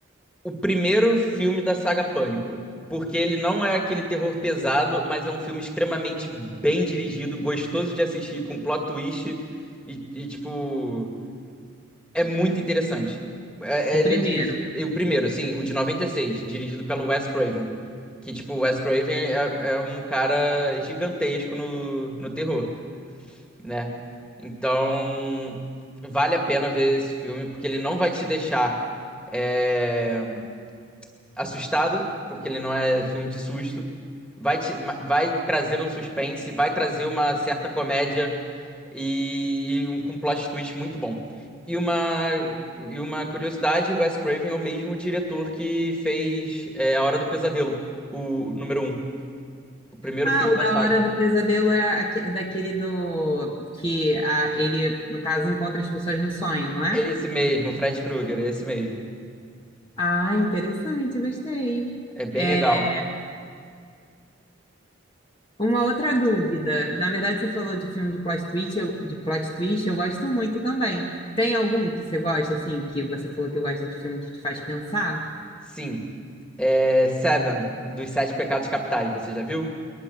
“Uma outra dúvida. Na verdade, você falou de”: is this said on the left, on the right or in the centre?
Left